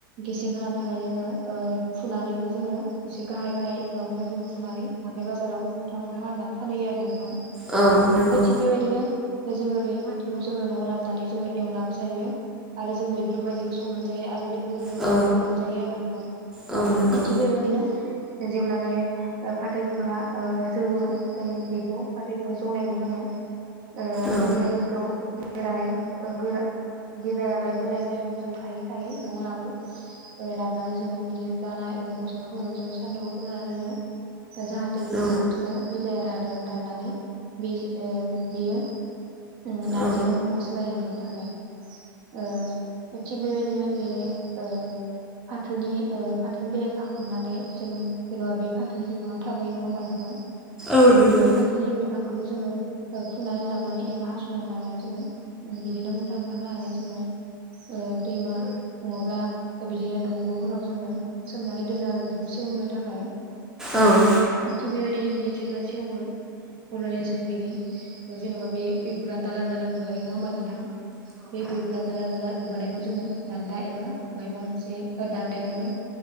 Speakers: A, on the right (about 45°); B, in the centre.
A: गेसें खालामनो थाखाय जोङो ओ फुनानैबो जोङो एसे गाहाय गाहाययावनो जों फुनानै हाथाय बाजाराव मुथा मुथा खालामनानै फानहैयो आरो नोंथां। थिग
B: औ नंगौ
A: बेबायदिनो जोङो बे फाथोखौ जोङो न'आव लाबोनानै जोङो एवनाबो जायो आरो जों मैद्रु बायदिबो संनानै जायो आरो बे बेफोरजोंबो
B: औ
A: एवनानै जायो आरो नोंथां।
B: औ नंगौ
A: थिबो बेदिनो। जेब्ला बे फाथो बिफाङा ओ जौवो जों बेखौ फाथो बिफां जौनायखौ जोङो ओ
B: औ
A: बिलाइफोरखौ बिलाइ रायाफोरखौ ओ गोरा बेरायाबा बोराय जानायफोरखौ जों खायैय खायै न'आव लाबो लाबोनानै जोङो बिदिनो दाला एबा बस्थाफोराव जों सान्दुं फोरानना दोङो जाहाथे बे
B: औ
A: फाथोआ बिलाइया रानो राननानै बे बियो ओं नारजियाव
B: औ
A: महर सोलायो‌ बेनि थाखाय ओ थिग बेबायदिनो बे ओ फाथोनि ओ फा फाथोनि बिलाइ खाखांनानै जों जेनेबा बे फाथोनि बिफाङा थाबोयो नङा होमबा नोंथां।
B: औ नंगौ
A: बे फाथोनि बिफांखौबो जोङो ओ फुनानै लाबोनानै एबा हास'नानै लाबोनानै जोङो उम बिदिनो मुथा मुथा खानानै जोङो ओ दैमा नङाब्ला <unintelligible> बिदिनो दंग'फोराव जोङो सोमनानै दोनो आरो बेखौ सेवहोनो थाखाय
B: औ।
A: थिग बेबायदिनो बे जेब्ला सेवो अब्लानिआजों बेनि जेनेबा बे बिगुरा दाला दाला गुगायो नङा होम्बा नोंथां बे बिगुरा थाल्ल थाल्ला गुगानायखौ जोङो दान्दा एबा मायबा मोनसे दान्दायावनो